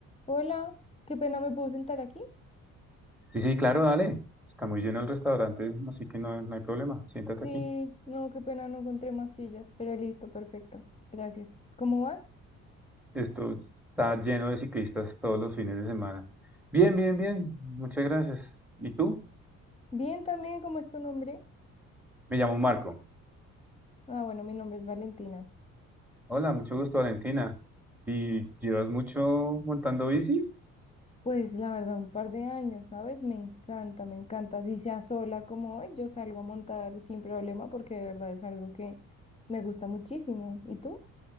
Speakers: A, on the left; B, in the centre.
A: Hola, qué pena, ¿me puedo sentar aquí?
B: Sí, sí, claro, dale. Está muy lleno el restaurante, así que no, no hay problema. Siéntate
A: Sí,
B: aquí.
A: no, qué pena, no encontré más sillas, pero listo, perfecto, gracias. ¿Cómo vas?
B: Esto está lleno de ciclistas todos los fines de semana. Bien, bien, bien. Muchas gracias. ¿Y tú?
A: Bien también, ¿cómo es tu nombre?
B: Me llamo Marco.
A: Ah, bueno, mi nombre es Valentina.
B: Hola, mucho gusto, Valentina. ¿Y llevas mucho montando bici?
A: Pues la verdad, un par de años, ¿sabes? Me encanta, me encanta. Si sea sola como hoy, yo salgo a montar sin problema porque de verdad es algo que me gusta muchísimo. ¿Y tú?